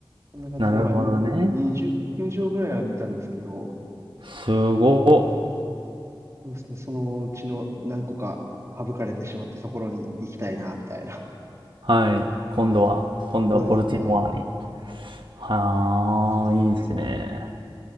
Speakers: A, on the right; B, on the right.
A: こんな感じで、
B: なるほどね。
A: まあ、に20球場ぐらいは見たんですけど、
B: すごっ。
A: そうですね、そのうちの何個か省かれてしまったところに行きたいな、みたいな。
B: はい。今度は、
A: <laughs>
B: 今度はボルティモアに。
A: そうですね。
B: はあ、
A: 感じですね。
B: いいですね。